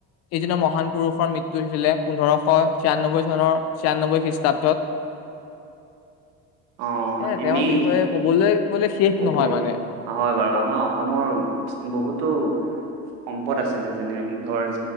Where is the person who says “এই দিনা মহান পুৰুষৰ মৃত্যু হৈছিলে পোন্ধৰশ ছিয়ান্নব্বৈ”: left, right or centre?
Left